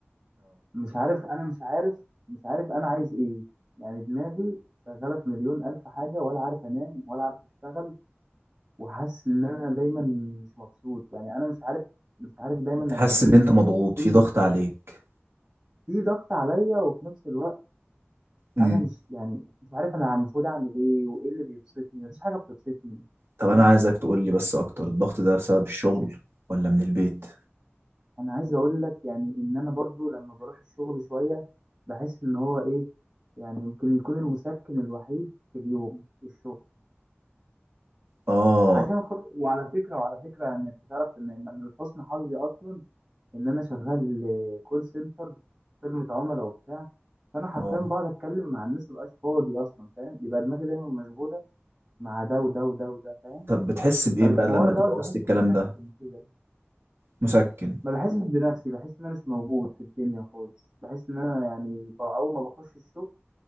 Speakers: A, on the right; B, on the right.
A: مش عارف انا مش عارف مش عارف انا عايز ايه يعني دماغي شغاله في مليون الف حاجه ولا عارف انام ولا عارف اشتغل وحاسس ان انا دايما مش مبسوط يعني انا مش عارف مش عارف دايما
B: انت
A: انا
B: حاسس ان انت مضغوط في
A: ايه اللي
B: ضغط عليك
A: في ضغط عليا وفي نفس الوقت
B: امم
A: انا مش يعني مش عارف انا المفروض اعمل ايه وايه اللي بيبسطني مفيش حاجه بتبسطني
B: طب
A: فاهم
B: انا عايزك تقول لي بس اكتر الضغط ده بسبب الشغل ولا من البيت
A: انا عايز اقول لك يعني ان انا برضو لما بروح الشغل شويه بحس ان هو ايه يعني يمكن يكون المسكن الوحيد في اليوم الشغل
B: اه
A: عشان خاطر وعلى فكره وعلى فكره يعني انت تعرف ان انا لحسن حظي اصلا ان انا شغال كول سنتر خدمه عملاء وبتاع فانا حرفيا
B: اه
A: بقعد اتكلم مع الناس مبقاش فاضي اصلا فاهم يبقى دماغي دايما مشغوله مع ده وده وده وده فاهم
B: طب بتحس بايه
A: فالحوار
B: بقى لما
A: دوت
B: تبقى وسط
A: بحسه
B: الكلام
A: مسكن
B: ده
A: كده
B: مسكن
A: ما بحسش بنفسي بحس ان انا مش موجود في الدنيا خالص بحس ان انا يعني ب- اول ما بخش الشغل